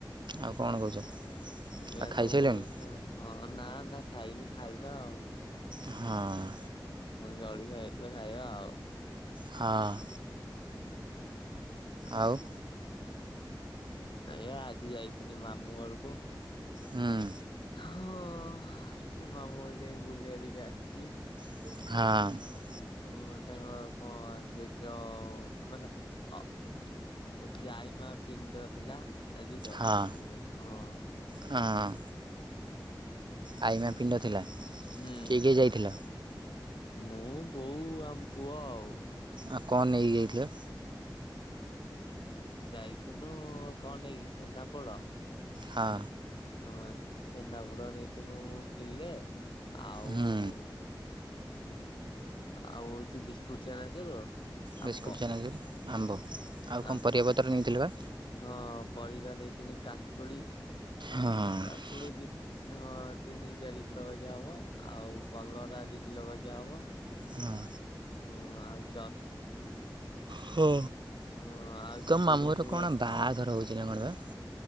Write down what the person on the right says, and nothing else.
ଆଉ କ'ଣ କହୁଛ
ଆଉ ଖାଇସାରିଲଣି
ହଁ
ହଁ
ଆଉ!
ହଁ।
ହଁ।
ହଁ
ହଁ
ଆଇମା ପିଣ୍ଡ ଥିଲା
କିଏ କିଏ ଯାଇଥିଲ
ଆଉ କଣ ନେଇଯାଇଥିଲା?
ହଁ।
ହୁଁ
ବିସ୍କୁଟ୍ ଚେନାଜୁର ଆମ୍ବ ଆଉ
କଣ ପରିବାପତ୍ର ନେଇଥିଲ ବା
ହଁ
ହଁ।
ହ
ତ
ମାମୁଁ ଘର କଣ ବାହାଘର ହଉଛି। ଏଇନା କଣବା।